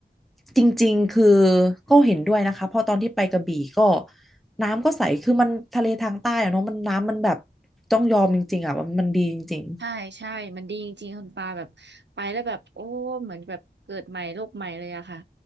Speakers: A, in the centre; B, on the right.
A: จริงๆคือก็เห็นด้วยนะคะเพราะตอนที่ไปกระบี่ก็น้ำก็ใสคือมันทะเลทางใต้อะเนาะมันน้ำมันแบบต้องยอมจริงๆอ่ะว่ามันดีจริง
B: ใช่ใช่มันดีจริงๆคุณปาแบบไปแล้วแบบโอ้เหมือนแบบเกิดใหม่โลกใหม่เลยอะค่ะ